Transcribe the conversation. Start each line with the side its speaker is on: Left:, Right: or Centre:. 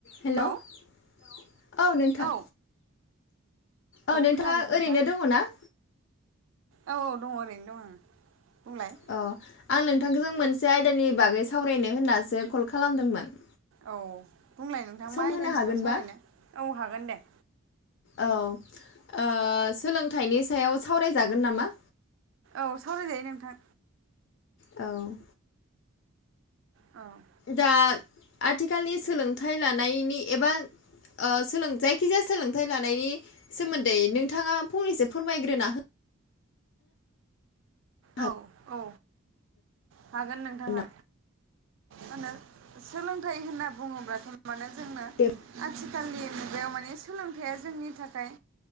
Left: हेल'
Right: hello
Left: औ नोंथां।
Right: औ
Left: औ नोंथांङा
Right: खोनादों नोंथां
Left: ओरैनो दंङ ना?
Right: औ औ दंङ ओरैनो दं आं बुंलाय।
Left: अ आं नोंथांखौ जों मोनसे आयदानि बागै सावरायनो होननासो कल खालामदोंमोन।
Right: औ बुंलाय नोंथां
Left: सम
Right: मा आयदानि
Left: होनो हागोनबा?
Right: सायाव सावरायनो औ हागोन दे।
Left: औ ओ सोलोंथाइनि सायाव सावरायजागोन नामा?
Right: औ सावरायजायो नोंथां।
Left: औ।
Right: औ।
Left: दा आथिखालनि सोलोंथाइ लानायनि एबा ओ सोलोंथाइ जायखिजाया सोलोंथाइ लानायनि सोमोन्दै नोंथांङा फंनैसो फोरमायग्रोना हो हागोन
Right: औ औ हागोन नोंथांङा
Left: नामा?
Right: माहोनो सोलोंथाइ होनना बुंङोब्लाथ' माने जोंनो
Left: दे
Right: आथिखालनि मुगायाव माने सोलोंथाइआ जोंनि थाखाय